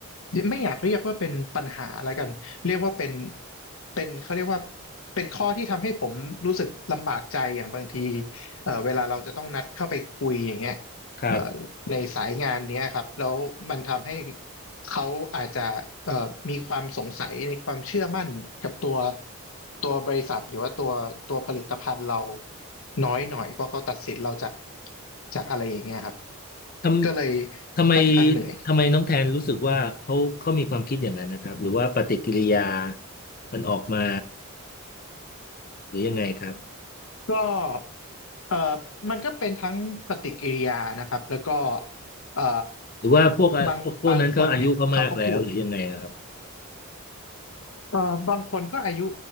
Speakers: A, on the left; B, on the left.
A: ไม่อยากเรียกว่าเป็นปัญหาแล้วกันเรียกว่าเป็นเป็นเขาเรียกว่าเป็นข้อที่ทำให้ผมรู้สึกลำบากใจอย่างบางทีเอ่อเวลาเราจะต้องนัดเข้าไปคุยอย่างเงี้ย
B: ครับ
A: เอ่อ ในสายงานเนี้ยครับแล้วมันทำให้เขาอาจจะเอ่อมีความสงสัยในความเชื่อมั่นกับตัวตัวบริษัทหรือว่าตัวตัวผลิตภัณฑ์เราน้อยหน่อยเพราะเขาตัดสินเราจากจากอะไรอย่างเงี้ยครับ
B: ทำทำไม
A: ก็เลยค่อนข้างเหนื่อย
B: ทำไมน้องแทนรู้สึกว่าเขาเขามีความคิดอย่างนั้นนะครับหรือว่าปฏิกิริยามันออกมาหรือยังไงครับ
A: ก็เอ่อมันก็เป็นทั้งปฏิกิริยานะครับแล้วก็เอ่อ
B: หรือว่าพวกพวกพวกนั้นก็อายุก็มากแล้วหรือยังไงอะครับ
A: บางบางคนเนี่ยเขาก็พูด เอ่อบางคนก็อายุ